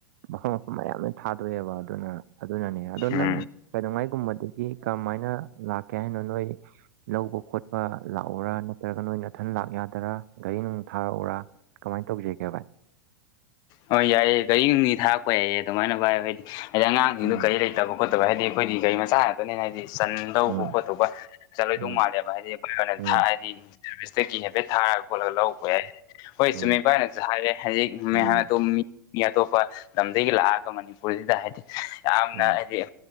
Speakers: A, on the right; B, on the left.
A: ꯃꯐꯝ ꯃꯐꯝ ꯃꯌꯥꯝ ꯊꯥꯗꯣꯛꯑꯦꯕ ꯑꯗꯨꯅ ꯑꯗꯨꯅꯅꯦ ꯑꯗꯣ
B: ꯎꯝ
A: ꯅꯪ ꯀꯩꯗꯧꯉꯩꯒꯨꯝꯕꯗꯒꯤ ꯀꯔꯝꯃꯥꯏꯅ ꯂꯥꯛꯀꯦ ꯍꯥꯏꯅꯣ ꯅꯣꯏ ꯂꯧꯕ ꯈꯣꯠꯄ ꯂꯥꯛꯎꯔꯥ ꯅꯠꯇ꯭ꯔꯒ ꯅꯣꯏꯅ ꯑꯊꯟ ꯂꯥꯛ ꯌꯥꯗꯔꯥ ꯒꯥꯔꯤ ꯅꯨꯡ ꯊꯥꯔꯛꯎꯔꯥ ꯀꯃꯥꯏꯅ ꯇꯧꯁꯤꯒꯦ ꯚꯥꯏ
B: ꯍꯣꯏ ꯌꯥꯏꯌꯦ ꯒꯥꯔꯤꯅꯨꯡꯂꯤ ꯊꯥꯔꯛꯄ ꯌꯥꯏꯌꯦ ꯑꯗꯨꯃꯥꯏꯅ ꯚꯥꯏ ꯍꯥꯏꯗꯤ ꯍꯥꯏꯗꯤ ꯑꯉꯥꯡꯁꯤꯡꯗꯨ
A: ꯎꯝ
B: ꯒꯥꯔꯤ ꯂꯩꯇꯕ ꯈꯣꯠꯇꯕ ꯍꯥꯏꯗꯤ ꯑꯩꯈꯣꯏꯗꯤ ꯒꯥꯔꯤ ꯃꯆꯥ ꯉꯥꯛꯇꯅꯦꯅ ꯍꯥꯏꯗꯤ ꯆꯟꯗꯧꯕ
A: ꯎꯝ
B: ꯈꯣꯠꯇꯧꯕ ꯆꯟꯂꯣꯏꯗꯧ
A: ꯎꯝ
B: ꯃꯥꯜꯂꯦꯕ <unintelligible> <unintelligible> ꯁꯥꯔꯚꯤꯁꯁꯇꯒꯤ
A: ꯎꯝ
B: ꯍꯥꯏꯐꯦꯠ ꯊꯥꯔꯒ ꯈꯣꯠꯂꯒ ꯂꯧꯕ ꯌꯥꯏ ꯍꯣꯏ
A: ꯎꯝ
B: ꯆꯨꯝꯃꯤ ꯚꯥꯏꯅꯁꯨ ꯍꯥꯏꯔꯦ ꯍꯥꯏꯗꯤ <unintelligible>
A: ꯎꯝ
B: ꯃꯤ ꯃꯤ ꯑꯇꯣꯞꯄ ꯂꯝꯗꯒꯤ ꯂꯥꯛꯑꯒ ꯃꯅꯤꯄꯨꯔꯁꯤꯗ ꯍꯥꯏꯗꯤ ꯌꯥꯝꯅ
A: ꯎꯝ ꯎꯝ
B: ꯍꯥꯏꯗꯤ